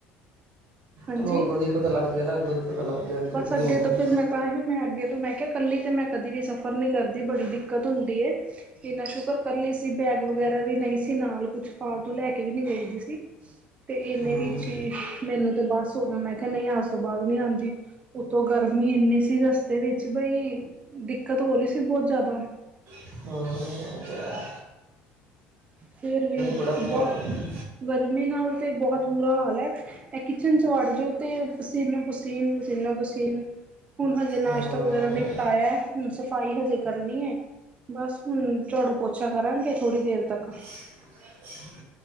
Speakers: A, on the right; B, on the right.
A: ਹਾਂਜੀ
B: ਚਲੋ ਅੱੋਂ ਹੀ ਪਤਾ ਲੱਗ ਗਿਆ ਨਾ ਅੱਗੋਂ ਦੀ ਪਤਾ ਲੱਗ ਗਿਆ ਅੱਗੋਂ
A: ਬਸ
B: ਦੀ ਨਹੀਂ
A: ਅੱਗੇ
B: ਹੁੰਦਾ
A: ਤੋਂ
B: ਹੂੰ
A: ਫੇਿਰ ਮੈਂ ਤਾਂ ਹੀ ਮੈਂ ਅੱਗੇ ਤੋਂ ਮੈਂ ਕੱਲੀ ਤੇ ਮੈਂ ਕਦੀ ਵੀ ਸਫ਼ਰ ਨਹੀਂੀ ਕਰਦੀ ਬੜੀ ਦਿੱਕਤ ਹੁੰਦੀ ਇੰਨਾ ਸ਼ੁਕਰ ਕੀ ਸੀ ਬੈਗ ਵ ਵਗੈਰਾ ਵੀ ਨਹੀਂ ਸੀ ਨਾਲ ਕੁੱਛ ਫਾਲਤੂ ਲੈ ਕੇ ਵੀ ਨੀ ਗਈਦੀ ਸੀ ਤੇ ਇਹਨੇ
B: ਹੂੰ
A: ਵੀ ਹੀ ਮੈਨੂੰ ਤੇ ਬਸ ਹੋ ਗਿਆ ਮੈਂ ਕਿਹਾ ਨਹੀਂ ਆਜ ਤੋਂ ਬਾਅਦ ਨੀ ਆਉਂਦੀ ਉਤੋਂ ਗਰਮੀ ਇੰਨੀ ਸੀ ਰਸਤੇ ਵਿੱਚ ਬਈ ਦਿੱਕਤ ਹੋ ਰਹੀ ਸੀ ਬਹੁਤ ਜ਼ਿਆਦਾ
B: ਹਮ
A: ਫਿਰ ਵੀ
B: ਬੜਾ ਬੁਰਾ
A: ਬਹੁਤ
B: ਹਾਲ ਹੈ
A: ਗਰਮੀ ਨਾਲ ਤੇ ਬਹੁਤ ਬੁਰਾ ਹਾਲ ਹੈ ਇਹ ਕਿਚਨ ਚ ਵੜ ਜੋਓ ਤੇ ਪਸੀਨਾੋ ਪਸੀਨ ਪਸੀਨਾ ਪਸੀਨ ਹੁਣ ਹਜੇ ਨਾਸ਼ਤਾ
B: ਹੂੰ
A: ਵਗੈਰਾ ਨਿਪਟਾਇਆ, ਹੁਣ ਸਫ਼ਾਈ ਹਜੇ ਕਰਨੀ ਏ। ਬਸ ਹੁਣ ਝਾੜੂ-ਪੋਛਾ ਕਰਾਂਗੇ ਥੋੜੀ ਦੇਰ ਤੱਕ।
B: <unintelligible>